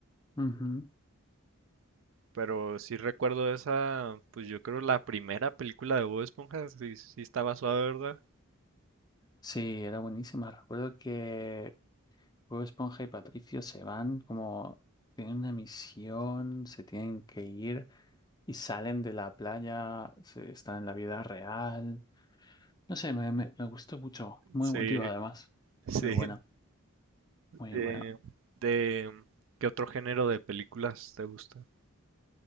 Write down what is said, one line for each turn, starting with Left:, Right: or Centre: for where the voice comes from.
Left: Ujú.
Right: Pero sí recuerdo esa, pues yo creo la primera película de Bob Esponja sí, sí estaba suave, ¿verdad?
Left: Sí, era buenísima. Recuerdo que Bob Esponja y Patricio se van como tienen una misión, se tienen que ir y salen de la playa, se- están en la vida real. No sé, me, me, me gustó mucho. Muy
Right: Sí,
Left: emotiva además.
Right: <laughs>
Left: Muy
Right: sí.
Left: buena, muy
Right: De,
Left: buena.
Right: de- ¿qué otro género de películas te gusta?